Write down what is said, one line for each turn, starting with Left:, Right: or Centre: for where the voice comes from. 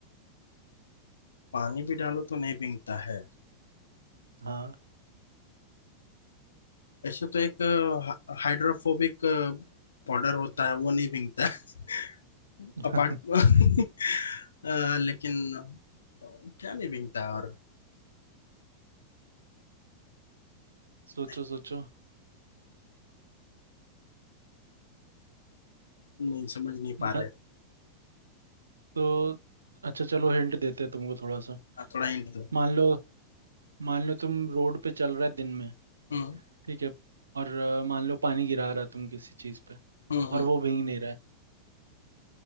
Left: पानी भी डालो तो नहीं भींगता है
Right: हाँ
Left: ऐसे तो एक हाइड्रोफोबिक पाउडर होता है वो नहीं भींगता है <laughs>
Right: <laughs>
Left: अपार्ट <laughs> अ, लेकिन अ, क्या नहीं भींगता है और
Right: सोचो
Left: नहीं
Right: सोचो
Left: नहीं समझ नहीं
Right: म-
Left: पा रहे
Right: तो अच्छा चलो हिंट देते हैं तुमको थोड़ा सा
Left: हाँ, थोड़ा हिंट दो
Right: मान लो मान लो तुम रोड पे चल रहा है दिन में
Left: हम्म
Right: ठीक है और अ, मान लो पानी गिरा रहा है तुम किसी चीज पे
Left: हम्म हम्म
Right: और वो भींग नहीं रहा है